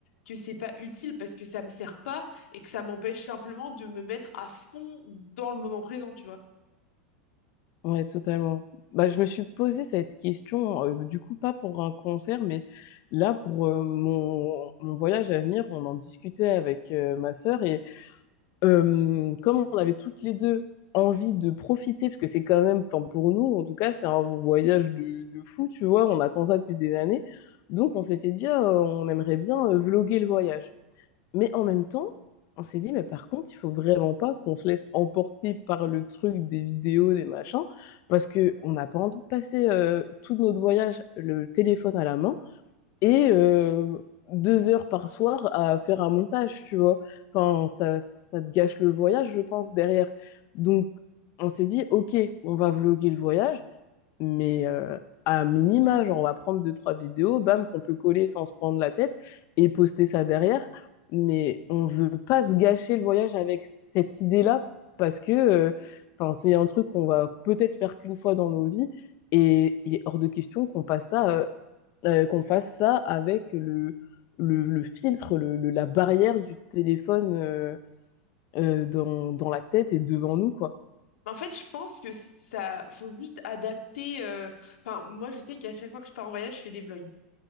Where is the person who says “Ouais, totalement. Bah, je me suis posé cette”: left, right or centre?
Left